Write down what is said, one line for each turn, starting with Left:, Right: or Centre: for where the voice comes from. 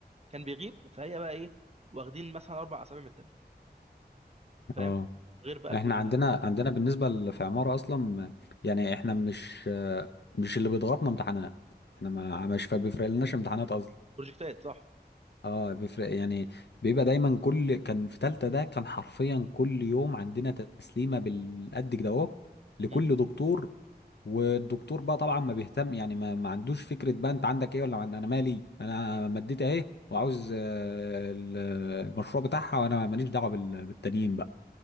Right: كان بيغيب فهي بقى ايه واخدين مثلا اربع اسابيع من الترم فاهم
Left: اه
Right: غير بقى كويزات
Left: احنا عندنا عندنا بالنسبة ل- في عمارة اصلا يعني احنا مش مش اللي بيضغطنا امتحانات احنا ما مش فبيفرق لناش امتحانات اصلا
Right: بروجكتات صح
Left: اه بيفرق يعني بيبقى دايما كل كان في تالتة ده كان حرفيا كل يوم عندنا تسليمة بالقد كده اهو لكل
Right: مم.
Left: دكتور والدكتور بقى طبعا ما بيهتم يعني ما, ما عندوش فكرة بقى انت عندك ايه ولا عن... انا مالي انا مديت اهي وعاوز آه، ال- المشروع بتاعها وانا ماليش دعوة بال- بالتانيين بقى